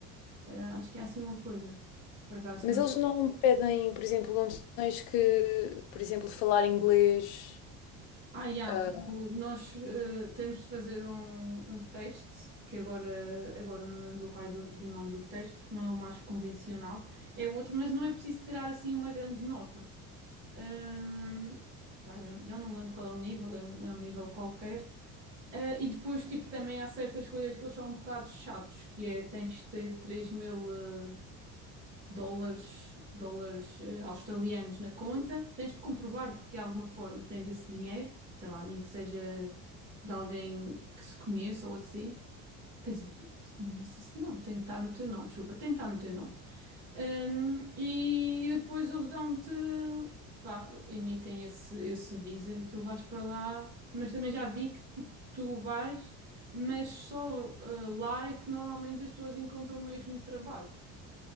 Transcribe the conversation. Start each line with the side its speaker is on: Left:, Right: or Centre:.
Right: Eh, acho que é assim uma coisa. Por acaso
Left: Mas
Right: também.
Left: eles não pedem, por exemplo, não tens que, por exemplo, falar inglês.
Right: Ah, yeah,
Left: Ah,
Right: tu- nós eh, temos de fazer um, um teste, que agora, agora não lembro do raio do, do nome do teste, porque não é o mais convencional. É o outro, mas não é preciso tirar assim uma grande nota. Hum, pá, já, já não me lembro qual é o nível, é um, é um nível qualquer. Ah, e depois, tipo, também há certas coisas que eles são um bocado chatos, que é tens de ter três mil eh, dólares, dólares eh, australianos na conta, tens de comprovar de que de alguma forma tens esse dinheiro, sei lá, nem que seja de alguém que se conheça ou assim. Quer dizer, te conheça-se, não, tem de estar no teu nome, desculpa, tem de estar no teu nome. Um, e depois eles dão-te, pá, emitem esse, esse visa e tu vais para lá. Mas também já vi que tipo, tu vais, mas só uh, lá é que normalmente as pessoas encontram o mesmo trabalho.